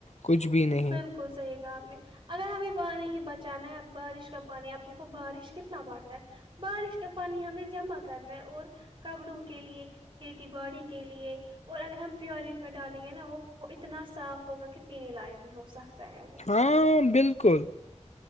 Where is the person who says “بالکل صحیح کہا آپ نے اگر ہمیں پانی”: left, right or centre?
Right